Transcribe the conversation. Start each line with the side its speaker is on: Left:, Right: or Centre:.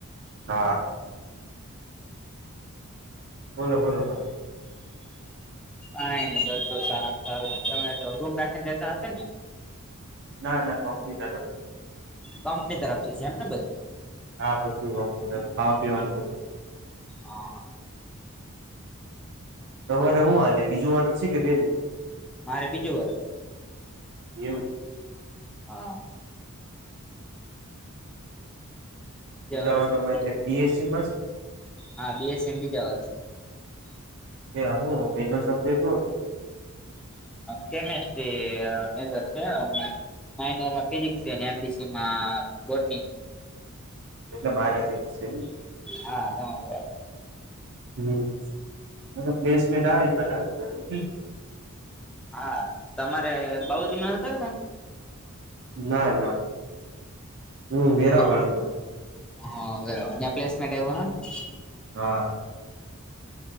Right: હા બોલો બોલો બા
Centre: કાઈ ન બસ સારામ સારું. તમે તો રૂમ રાખીને રેતા હશે ને,
Right: ના ના કોમ્પની તરફ
Centre: કંપની તરફ થી છે, એમને બધુ
Right: હા બધુ કંપની <unintelligible> ખાવા પીવાનું બધું
Centre: હા
Right: તમારે
Centre: હા
Right: હું હાલે બીજું વરહ છે કે પેલું?
Centre: મારે બીજું વરસ
Right: એવું
Centre: હા
Right: બીજા
Centre: વરસમાં
Right: વરહમાં
Centre: છે
Right: એટલે પીએસસીમાં <unintelligible>
Centre: હા બીએસસી માં બીજા વરસે,
Right: એ હું મેજર સબ્જેક્ટ હું હતું?
Centre: કેમેસ્ટ્રી અ મેજર છે અમ માઇનરમાં ફિઝિકસ એમ બી સી. માં બોટની.
Right: એટલે મારા જિમ જ શે એમ.
Centre: હા તમારી વાત છે.
Right: હમ્મ એતો પ્લેસમેન્ટ આવે લાગી જાય તો ઠીક છે.
Centre: હા તમારે બાઉ જિમાર હતા કે તમ
Right: ના ના હું વેરાવળ
Centre: તો
Right: હતો.
Centre: હા બરાબર ને પ્લેસમેન્ટ આવ્યુ <unintelligible>
Right: હા